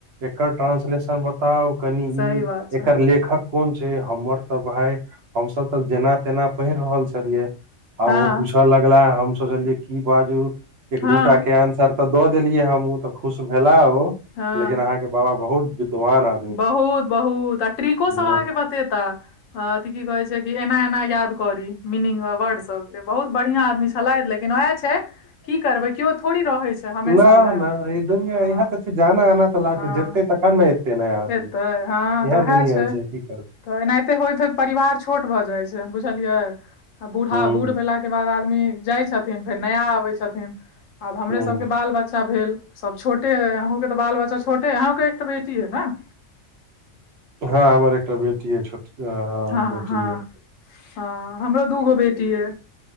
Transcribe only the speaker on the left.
सही
बात छै
हँ
हँ
हँ
बहुत बहुत आ ट्रीको सब
अहाँके बतेता अथी की कहे छै की एना एना याद करी मीनिंग अ वर्ड सब के बहुत बढ़िया आदमी छै। फलाट लेकिन वएह छै की करबै केओ थोड़ी रहै छै हमेशा
लए
हँ
हँ
एतै हँ तऽ उएह
तऽ एनाहिते होइत होइत परिवार छोट भऽ जाइत छै बुझलियै। आ बूढ़ा
बूढ़ भेलाके बाद आदमी जाय छथिन फेर नया आबै छथिन। आब हमरे
सबके बाल बच्चा भेल सब छोटे ह अहूं के तऽ बाल बच्चा छोटे अहूं के एकटा बेटी है न।
हँ
हँ हँ हमरो दूगो बेटी यै।